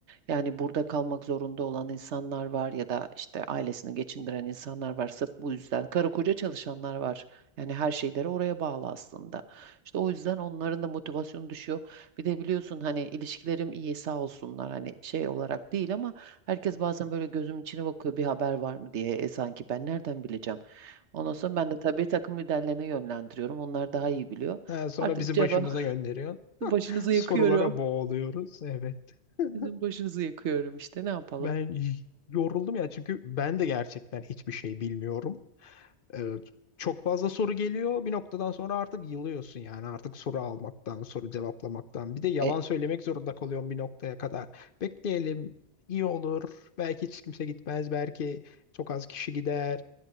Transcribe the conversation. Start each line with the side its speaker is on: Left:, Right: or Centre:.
Right: Yani burada kalmak zorunda olan insanlar var ya da işte ailesini geçindiren insanlar var. Sırf bu yüzden. Karı koca çalışanlar var. Yani her şeyleri oraya bağlı aslında. İşte o yüzden onların da motivasyonu düşüyor. Bir de biliyorsun hani ilişkilerim iyi sağ olsunlar hani şey olarak değil ama herkes bazen böyle gözüm içine bakıyor bir haber var mı diye e, sanki ben nereden bileceğim. Ondan sonra ben de tabii takım liderlerine yönlendiriyorum. Onlar daha iyi biliyor.
Left: Ha, Sonra
Right: Artık
Left: bizi
Right: cevap
Left: başımıza
Right: <laughs>
Left: gönderiyor.
Right: başınızı
Left: Sorulara
Right: yakıyorum.
Left: boğuluyoruz. Evet. <laughs>
Right: Sizin başınızı yakıyorum işte ne yapalım.
Left: Ben y- yoruldum ya çünkü ben de gerçekten hiçbir şey bilmiyorum. Evet. Çok fazla soru geliyor. Bir noktadan sonra artık yılıyorsun yani. Artık soru almaktan, soru cevaplamaktan. Bir de yalan
Right: E,
Left: söylemek zorunda kalıyorsun bir noktaya kadar. Bekleyelim, iyi olur. Belki hiç kimse gitmez. Belki çok az kişi gider